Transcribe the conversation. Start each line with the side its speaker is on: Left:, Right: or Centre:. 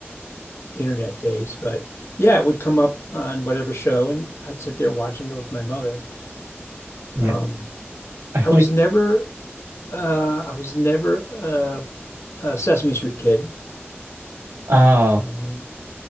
Left: pre-internet days, but yeah, it would come up on whatever show and I'd sit there watching it with my mother.
Right: yeah.
Left: Um,
Right: I
Left: I
Right: feel
Left: was
Right: like
Left: never, uh, I was never uh, a Sesame Street kid,
Right: oh,
Left: um,